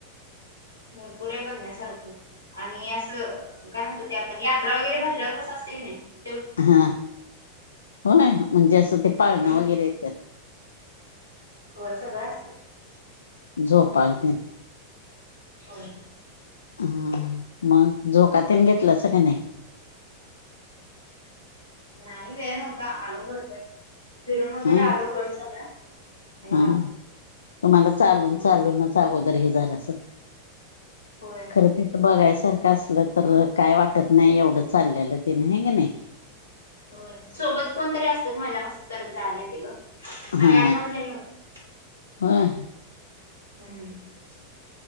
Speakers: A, on the left; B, on the left.
A: भरपूरे बघण्यासारखं आणि असं काय म्हणतो ते आपण यात्रा वगैरे भरल्याव कसं असतय कनाई
B: हा होय म्हणजे असं ते पाळणं
A: हम्म
B: वगैरे येत्यात
A: होय सगळं असतय
B: झोपाळ तेन
A: होय
B: हा मग झोकातैन घेतलासा का नय
A: नाही वेळ नव्हता आलो भरभर फिरून वगैरे
B: अ
A: आलो गड सगळा आणि
B: हा, हा
A: आलो
B: तुम्हाला चालून
A: हम्म
B: चालूनच अगोदर हे झालं असल
A: होय
B: खरं ते बघायसारखं असलं तर काय वाटत नाही एवढं चाललेलं तेन हाय कनई
A: होय सोबत कोणतरी असतं मजा मस्त करत जायलायेतय ओ आम्ही
B: हा
A: आठ, नऊ जणी होतो
B: होय
A: <unintelligible>